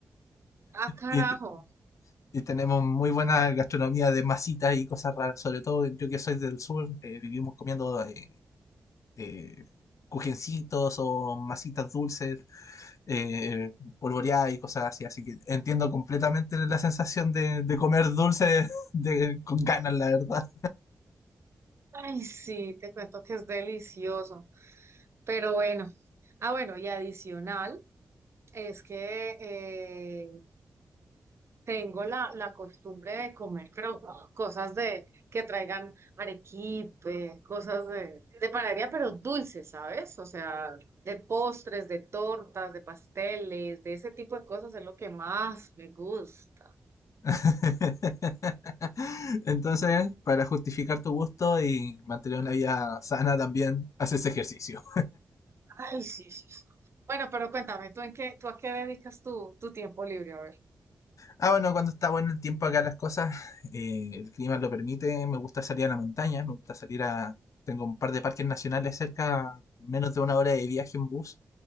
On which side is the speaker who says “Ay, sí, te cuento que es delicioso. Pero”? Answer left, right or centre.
Right